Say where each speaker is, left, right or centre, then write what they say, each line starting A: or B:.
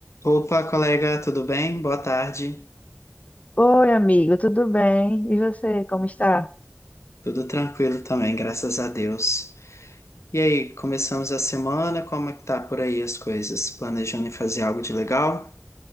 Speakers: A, on the left; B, on the left.
A: Opa, colega, tudo bem? Boa tarde.
B: Oi, amigo, tudo bem? E você, como está?
A: Tudo tranquilo também, graças a Deus. E aí, começamos a semana, como é que tá por aí as coisas? Planejando em fazer algo de legal?